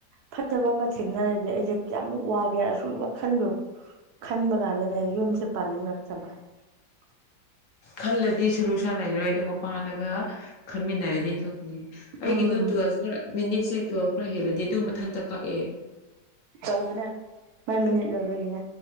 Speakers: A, on the right (about 75°); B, on the left (about 60°).
A: ꯐꯠꯇꯕ ꯑꯃ ꯊꯦꯡꯅꯔꯗꯤ ꯑꯩꯁꯦ ꯀꯌꯥꯃꯨꯛ ꯋꯥꯒꯦꯔ ꯑꯁꯨꯝꯕ ꯈꯟꯕꯗꯣ ꯈꯟꯕ ꯀꯥꯟꯗꯅꯦ ꯌꯨꯝꯁꯦ ꯄꯥꯟꯅꯤꯡꯂꯛꯇꯕ꯫ <inaudible>
B: ꯈꯜꯂꯗꯤ ꯁꯣꯂꯨꯁꯟ ꯂꯩꯔꯣꯏ ꯑꯗꯨꯒ ꯄꯥꯜꯂꯒ ꯈꯟꯃꯤꯟꯅꯔꯗꯤ ꯊꯣꯛꯀꯅꯤ꯫ ꯑꯩꯒꯤꯗꯨ
A: ꯎꯝ
B: ꯇꯨꯋꯦꯜꯐ ꯈꯔ ꯃꯤꯅꯤꯠꯁꯦ ꯇꯨꯋꯜꯐ ꯈꯔ ꯍꯦꯜꯂꯗꯤ ꯑꯗꯨꯝ ꯃꯊꯟꯇ ꯀꯛꯑꯦ꯫
A: ꯇꯧꯕꯅꯦ ꯃꯣꯏ ꯃꯤꯅꯤꯠ ꯂꯣꯏꯕꯒꯤꯅꯦ꯫